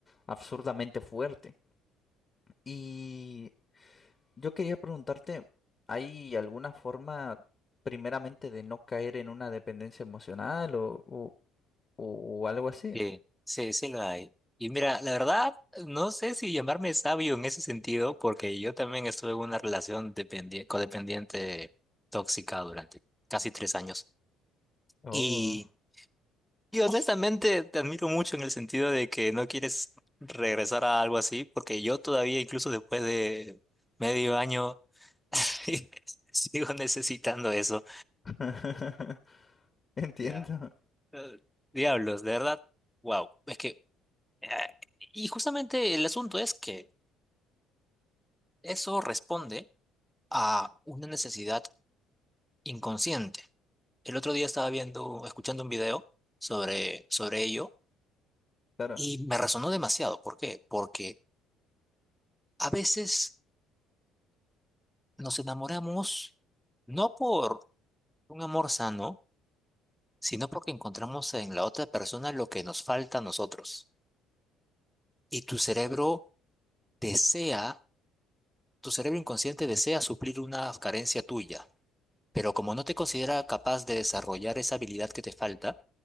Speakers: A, on the left; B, in the centre.
A: absurdamente fuerte. Y yo quería preguntarte, ¿hay alguna forma primeramente de no caer en una dependencia emocional o, o, o algo así?
B: Eh, sí, sí lo hay. Y mira, la verdad, no sé si llamarme sabio en ese sentido, porque yo también estuve en una relación dependi- codependiente tóxica durante casi tres años.
A: Oh.
B: y Y honestamente te admiro mucho en el sentido de que no quieres regresar a algo así, porque yo todavía, incluso después de medio año, <laughs> sigo necesitando eso.
A: <laughs> Entiendo.
B: Ya. Eh, Diablos, de verdad, wow. Es que, eh, y justamente el asunto es que eso responde a una necesidad inconsciente. El otro día estaba viendo, escuchando un video sobre, sobre ello
A: Claro,
B: y me resonó demasiado. ¿Por qué? Porque a veces. Nos enamoramos no por un amor sano, sino porque encontramos en la otra persona lo que nos falta a nosotros. Y tu cerebro desea, tu cerebro inconsciente desea suplir una carencia tuya, pero como no te considera capaz de desarrollar esa habilidad que te falta,